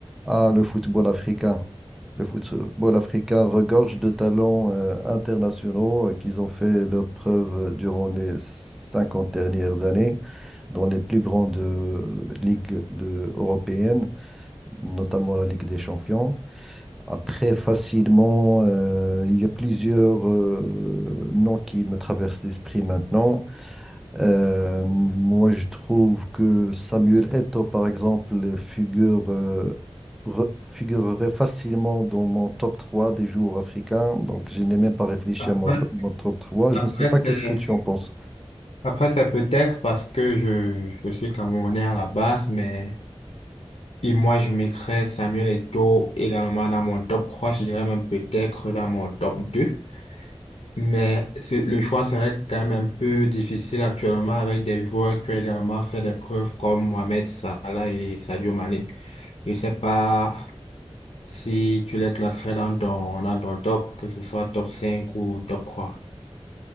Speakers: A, in the centre; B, on the left.
A: Ah, le football africain. Le football africain regorge de talents euh, internationaux euh, qu'ils ont fait leurs preuves euh, durant les 50 dernières années dans les plus grandes euh, ligues de- européennes, notamment la Ligue des Champions. Après, facilement, euh, il y a plusieurs euh, noms qui me traversent l'esprit maintenant. Euh, moi, je trouve que Samuel Eto'o, par exemple, figure, euh, re- figurerait facilement dans mon top 3 des joueurs africains. Donc, je n'ai même pas réfléchi
B: Après,
A: à mon, tr- mon top 3.
B: après,
A: Je ne sais pas
B: c'est,
A: qu'est-ce que tu en penses.
B: après, c'est peut-être parce que je, je suis Camerounais à la base, mais et moi, je mettrais Samuel Eto'o également dans mon top trois je dirais même peut-être dans mon top deux Mais c'est- le choix serait quand même un peu difficile actuellement avec des joueurs qui ont également fait des preuves comme Mohamed Salah et Sadio Mané. Je sais pas si tu les classerais dans ton, dans ton top, que ce soit top 5 ou top 3.